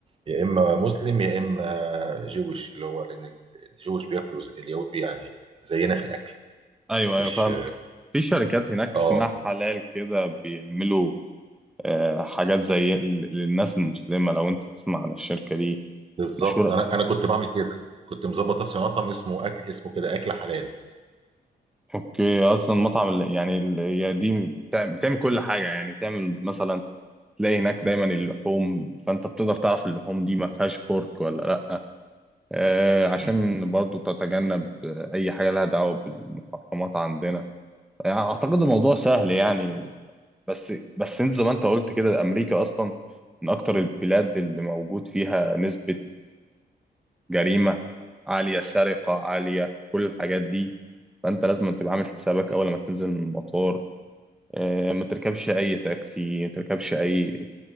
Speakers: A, on the right (about 30°); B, in the centre.
A: يا اما مسلم يا اما جويش اللي هو لان الجويش بياكلوا زي- اليهود بي- يعني زينا في الاكل
B: ايوه
A: مش
B: ايوه فاهمك في شركات هناك
A: اه
B: اسمها حلال كده بيعملوا آه، حاجات زي ال- للناس المسلمة لو أنت تسمع عن الشركة دي
A: بالظبط
B: مشهورة
A: انا انا كنت بعمل كده كنت مظبط نفسي مطعم اسمه اكل اسمه كده اكل حلال
B: أوكي أصلا مطعم ال- يعني ال- هي دي بتاع- بتعمل كل حاجة يعني بتعمل مثلا تلاقي هناك دايما اللحوم فأنت بتقدر تعرف اللحوم دي ما فيهاش بورك ولا لأ آه، عشان
A: مم.
B: برضو تتجنب آه، أي حاجة لها دعوة بالمحرمات عندنا يعني أعتقد الموضوع سهل يعني بس بس أنت زي ما أنت قلت كده أمريكا أصلا من أكتر البلاد اللي موجود فيها نسبة جريمة عالية سرقة عالية كل الحاجات دي فأنت لازم تبقى عامل حسابك أول ما تنزل من المطار آه، ما تركبش أي تاكسي ما تركبش أي